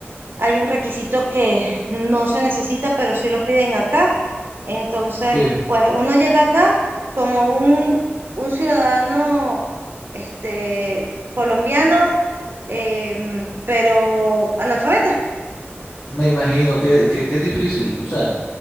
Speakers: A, on the right; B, on the left.
A: hay un requisito que no se necesita, pero sí lo piden acá. Entonces,
B: Sí,
A: pues uno llega acá como un, un ciudadano este, colombiano, em, pero analfabeta,
B: me imagino que, que, que es difícil, o sea,